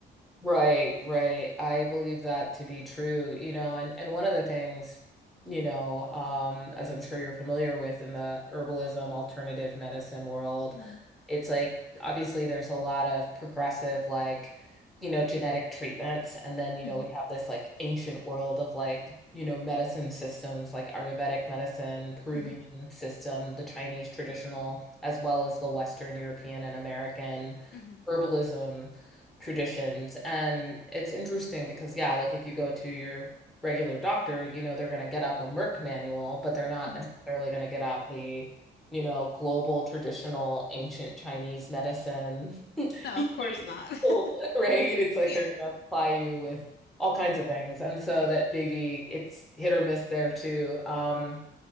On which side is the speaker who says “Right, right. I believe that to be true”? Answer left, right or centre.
Centre